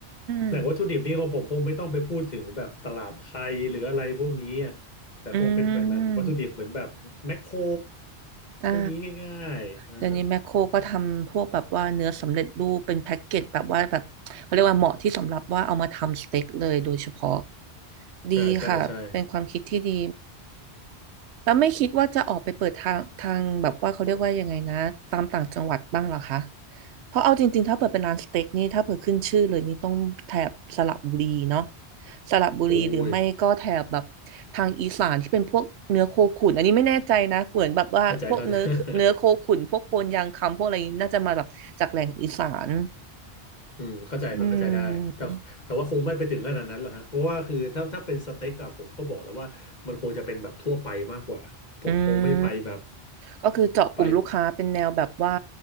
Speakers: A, on the left; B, on the right.
A: แหล่งวัตถุดิบนี่ของผมคงไม่ต้องไปพูดถึงแบบตลาดไทยหรืออะไรพวกนี้อะแต่คงเป็นแหล่งแหล่งวัตถุดิบเหมือนแบบแมคโคร
B: มอืมอ่า
A: พวกนี้ง่ายๆเออ
B: เดี๋ยวนี้แมคโครก็ทำพวกแบบว่าเนื้อสำเร็จรูปเป็นแพ็กเกจแบบว่าแบบเขาเรียกว่าเหมาะที่สำหรับว่าเอามาทำสเต็กเลยโดยเฉพาะ ดีค่ะเป็นความคิดที่ดี
A: ใช่ใช่ใช่
B: แล้วไม่คิดว่าจะออกไปเปิดทางทางแบบว่าเขาเรียกว่ายังไงนะตามต่างจังหวัดบ้างเหรอคะเพราะเอาจริงๆถ้าเปิดเป็นร้านสเต็กนี่ถ้าเปิดขึ้นชื่อเลยนี่ต้องแถบสระบุรีเนาะสระบุรีหรือไม่ก็แถบแบบ
A: โอ้ย
B: ทางอีสานที่เป็นพวกเนื้อโคขุนอันนี้ไม่แน่ใจนะเหมือนแบบว่าพวกเนื้อเนื้อโคขุนพวกโคนยางคำพวกอะไรนี้น่าจะมาแบบจากแหล่งอีสาน
A: เข้าใจเข้าใจ <laughs> อืมเข้าใจเข้าใจได้แต่แต่ว่าคงไม่ไปถึงขนาดนั้นหรอกฮะเพราะว่าคือถ้าถ้าเป็นสเต็กอะผมก็บอกแล้วว่ามันคงจะเป็นแบบทั่วไปมากกว่าผมคงไม่ไปแบบ
B: อืมอืม ก็คือเจาะกลุ่มลูกค้าเป็นแนวแบบว่า
A: ไป